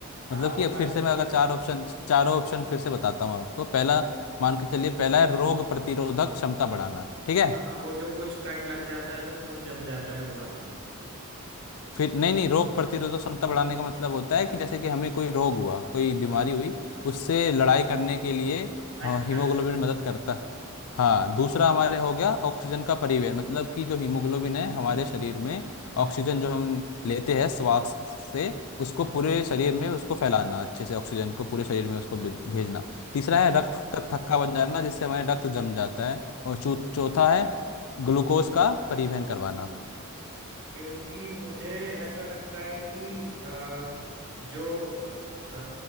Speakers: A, on the right (about 55°); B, on the left (about 65°).
A: हाँ
B: मतलब
A: वो
B: कि अब
A: बात
B: फिर
A: भी
B: से मैं अगर
A: है
B: चार ऑप्शन चारों ऑप्शन फिर से बताता हूँ आपको पहला मान के चलिए पहला है रोग प्रतिरोधक क्षमता बढ़ाना ठीक है
A: हाँ वो जो कुछ कट लग जाता है तो खून जम जाता है वो वाला
B: फिर नहीं नहीं रोग प्रतिरोधक क्षमता बढ़ाने का मतलब होता है कि जैसे कि हमें कोई रोग हुआ कोई बीमारी
A: हाँ।
B: हुई उससे लड़ाई करने के लिए हाँ,
A: अच्छा
B: हीमोग्लोबिन
A: अच्छा
B: मदद करता है
A: हाँ
B: हाँ दूसरा हमारे हो गया ऑक्सीजन का परिवहन मतलब कि जो हीमोग्लोबिन है हमारे शरीर में
A: हाँ
B: ऑक्सीजन जो हम लेते हैं श्वास से उसको
A: हाँ
B: पूरे शरीर में उसको फैलाना अच्छे से ऑक्सीजन को पूरे शरीर में उसको भे- भेजना तीसरा है रक्त का थक्का बन जाना जिससे हमारे रक्त जम जाता है और
A: हाँ
B: चौ- चौथा है ग्लूकोज का परिवहन करवाना
A: क्योंकि मुझे ऐसा लगता है कि अ, जो अ,